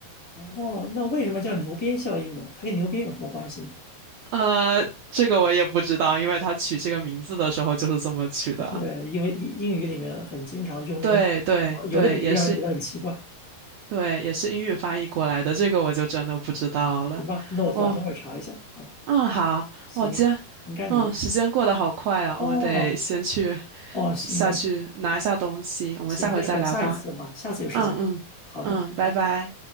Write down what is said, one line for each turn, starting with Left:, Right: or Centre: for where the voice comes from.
Left: 哦，那为什么叫牛鞭效应呢？它跟牛鞭有什么关系呢？
Right: 呃，这个我也不知道，因为他取这个名字的时候就是这么取的。
Left: 对，因为英英语里面很经常用那种，
Right: 对对对，
Left: 啊有的比喻让人觉得很奇怪。
Right: 也是对，也是英语翻译过来的，这个我就真的不知道了。
Left: 行吧，那我等等会儿查一下。
Right: 哦，
Left: 好，
Right: 嗯，好，
Left: 行，
Right: 我今天
Left: 应该你问。
Right: 嗯，时间过得好快啊，
Left: 哦
Right: 我得先去
Left: 哦，行，
Right: 下去拿一下东西，
Left: 我
Right: 我们下回再聊吧。
Left: 行，那等下一次吧，下次有时间吧好的，
Right: 嗯嗯嗯，
Left: 拜拜。
Right: 拜拜。